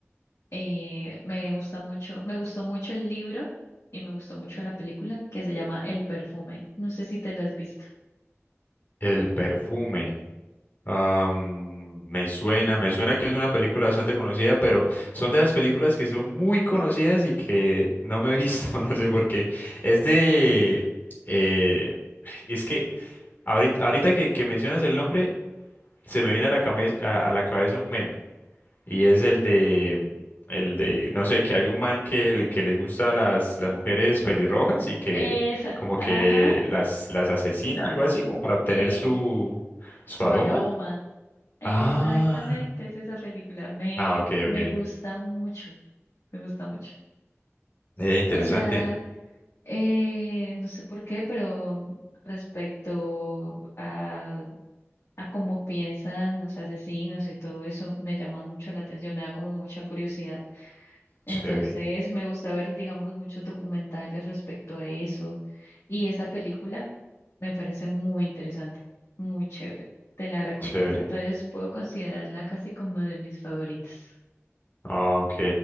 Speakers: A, on the left (about 75°); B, on the left (about 40°).
A: eh, me gusta mucho, me gustó mucho el libro y me gustó mucho la película que se llama El perfume. No sé si te la has visto.
B: El perfume. Am, me suena, me suena que es una película bastante conocida, pero son de las películas que son muy conocidas y que no me he visto, <laughs> no sé por qué. Es de... eh, es que ahorita, ahorita que, que mencionas el nombre, se me viene a la cabeza, a, a la cabeza un meme. Y es el de... El de, no sé, que hay un man que, le, que les gusta las, las mujeres pelirrojas y que
A: Esa,
B: como
A: ajá,
B: que las, las asesina, algo así, como para obtener
A: eh,
B: su, su
A: su
B: aroma.
A: aroma. Exactamente,
B: Ah,
A: es esa película. Me,
B: Ah, ok,
A: me
B: ok.
A: gusta mucho, me gusta mucho.
B: Eh, interesante.
A: O sea, eh, no sé por qué, pero respecto a, a cómo piensan los asesinos y todo eso, me llaman mucho la atención, me da como mucha curiosidad. Entonces,
B: Chévere,
A: me gusta ver, digamos, muchos documentales respecto a eso. Y esa película. Me parece muy interesante, muy chévere. Te la recomiendo.
B: chévere.
A: Entonces puedo considerarla casi como de mis favoritas.
B: Ah, ok,